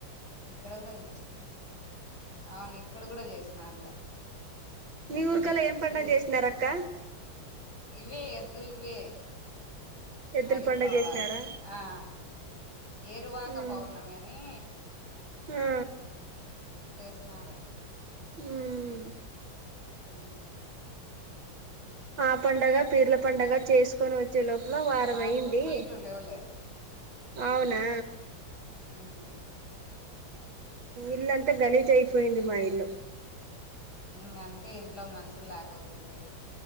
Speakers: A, on the left; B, on the right.
A: ఇక్కడ కూడా చేస అవును ఇక్కడ కూడా చేస్తున్నారులే
B: మీ
A: ఎమ్మెల్యేలు
B: ఊరికలా
A: వచ్చి
B: ఏం పండగ చేసినారక్క
A: ఇవే ఎద్దుల్టివే
B: ఎద్దుల
A: అది
B: పండగ
A: పవా
B: చేసినారా
A: ఆ ఏరువాక
B: ఉమ్,
A: పౌర్ణమి అని
B: ఆ
A: చేస్తున్నారు
B: హుమ్
A: హుమ్
B: ఆ పండగ పీర్ల పండగ చేసుకొని వచ్ వచ్చే లోపల వారం
A: మాకు
B: అయింది
A: పీర్లు లేవులే
B: అవునా
A: హుమ్
B: ఇల్లంతా గలీజ్ అయిపోయింది మా ఇల్లు
A: హుమ్ అంతే ఇంట్లో మనుషులు లాకోకుంటే